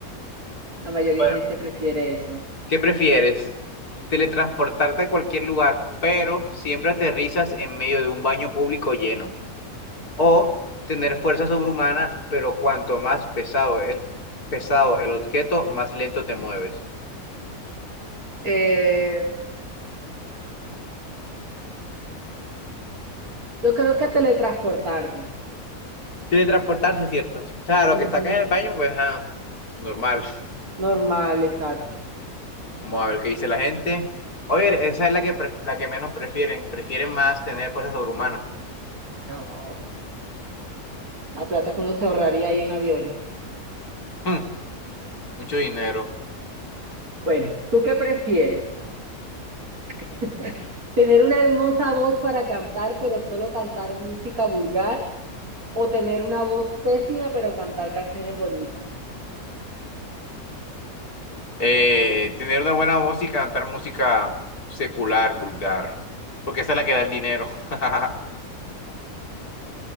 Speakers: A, on the right; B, on the left.
A: La mayoría
B: Bueno,
A: de gente prefiere eso.
B: ¿qué prefieres? Teletransportarte a cualquier lugar, pero siempre aterrizas en medio de un baño público lleno. O tener fuerza sobrehumana, pero cuanto más pesado el, pesado el objeto, más lento te mueves.
A: Eh, Yo creo que teletransportarme.
B: Teletransportarse, cierto. O sea, lo
A: Ujú,
B: que está acá en el baño, pues, ah, normal.
A: Normal, exacto.
B: Vamos a ver qué dice la gente. Oye, esa es la que, pre- la que menos prefieren. Prefieren más tener fuerza sobrehumana.
A: No. La plata que uno se ahorraría ahí en aviones.
B: Hmm, mucho dinero.
A: Bueno, ¿tú qué prefieres? <laughs> ¿Tener una hermosa voz para cantar, pero solo cantar música vulgar? ¿O tener una voz pésima, pero cantar canciones bonitas?
B: Eh, tener una buena música, cantar música secular, vulgar. Porque esa es la que da el dinero. <laughs>